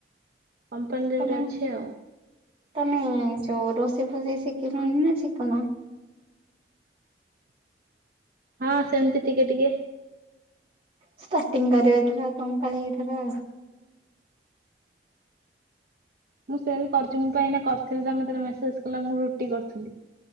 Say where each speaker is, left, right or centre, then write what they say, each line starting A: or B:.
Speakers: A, on the right; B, on the right.
A: କମ୍ପାନୀରେ
B: ତମେ
A: ଗୋଟେ ଅଛି ଆଉ।
B: ତମେ ଯୋଉ ରୋଷେଇ ଫୋସେଇ ଶିକିଲଣି ନା ଶିକୁନ?
A: ହଁ ସେମିତି ଟିକେ ଟିକେ।
B: ଷ୍ଟାର୍ଟିଂ କରିବେ ଏଥର ତମ ପାଳି ଏଥର‌।
A: ମୁଁ ସେ କରିୁଛି ମୁଁ କାଇଁ ନା କରିଥିଲି ତମେ ଯେତେବେଳେ ମେସେଜ କଲ ମୁଁ ରୁଟି କରିୁଥିଲି।